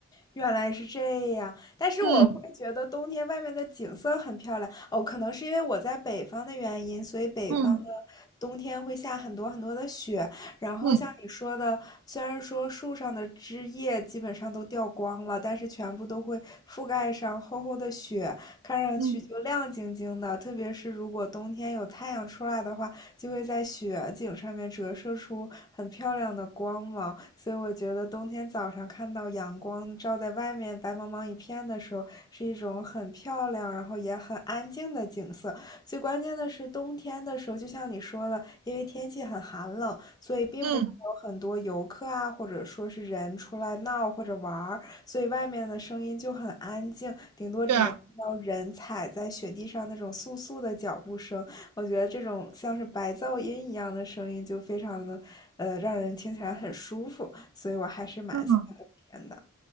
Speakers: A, on the left; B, on the right.
A: 原来是这样，但是我会觉得冬天外面的景色很漂亮哦，
B: 嗯
A: 可能是因为我在北方的原因，所以北方的
B: 嗯
A: 冬天会下很多很多的雪。然后像你说的，
B: 嗯
A: 虽然说树上的枝叶基本上都掉光了，但是全部都会覆盖上厚厚的雪，看上去就亮晶晶的。
B: 嗯
A: 特别是如果冬天有太阳出来的话，就会在雪景上面折射出很漂亮的光芒，所以我觉得冬天早上看到阳光照在外面白茫茫一片的时候，是一种很漂亮，然后也很安静的景色。最关键的是冬天的时候，就像你说的，因为天气很寒冷，所以并不会有很多游客啊，
B: 嗯，
A: 或者说是人出来闹或者玩儿。所以外面的声音就很安静，顶多只能听到人踩在雪地上那种簌簌的脚步声。
B: 对啊，
A: 我觉得这种像是白噪音一样的声音就非常的，呃，让人听起来很舒服，所以我还是蛮喜欢冬天的。
B: 嗯。